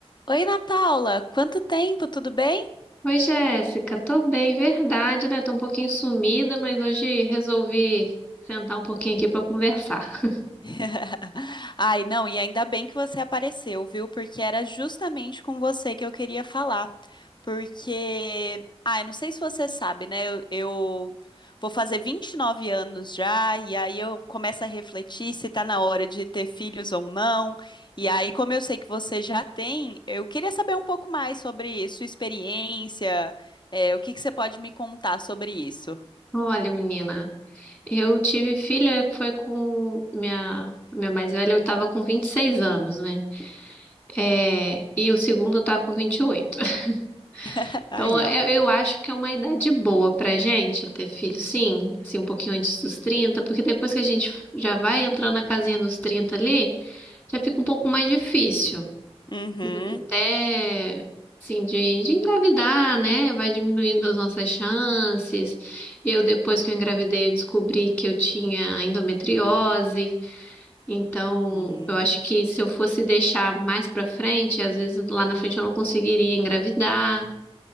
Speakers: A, on the left (about 45°); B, on the left (about 20°).
A: Oi, Ana Paula, quanto tempo, tudo bem?
B: Oi, Jéssica, tô bem, verdade, né? Tô um pouquinho sumida, mas hoje resolvi sentar um pouquinho aqui pra conversar.
A: <laughs> Ai, não, e ainda bem que você apareceu, viu? Porque era justamente com você que eu queria falar. Porque, ai, não sei se você sabe, né? Eu, eu vou fazer 29 anos já, e aí eu começo a refletir se tá na hora de ter filhos ou não. E aí, como eu sei que você já tem, eu queria saber um pouco mais sobre sua experiência, é, o que que você pode me contar sobre isso?
B: Olha, menina, eu tive filha, foi com minha, minha mais velha, eu tava com 26 anos, né? É, e o segundo eu tava com 28. <laughs>
A: <laughs> Aí,
B: Então, é-
A: ó.
B: eu acho que é uma idade boa pra gente ter filho, sim, assim, um pouquinho antes dos 30, porque depois que a gente já vai entrando na casinha dos 30 ali, já fica um pouco mais difícil.
A: Uhum.
B: até assim de, de engravidar, né? Vai diminuindo as nossas chances. Eu depois que eu engravidei, eu descobri que eu tinha endometriose. Então,
A: Hum,
B: eu acho que se eu fosse deixar mais pra frente, às vezes lá na frente eu não conseguiria engravidar.